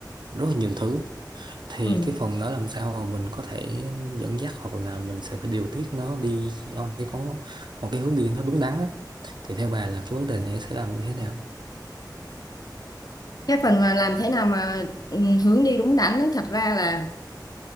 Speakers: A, on the right; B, on the left.
A: rất là nhiều thứ thì
B: ừ.
A: cái phần đó làm sao mà mình có thể dẫn dắt hoặc là mình sẽ phải điều tiết nó đi ở cái có một cái hướng đi nó đúng đắn á thì theo bà là cái vấn đề này sẽ làm như thế nào
B: cái phần mà làm thế nào mà ừ, hướng đi đúng đắn ấy, thật ra là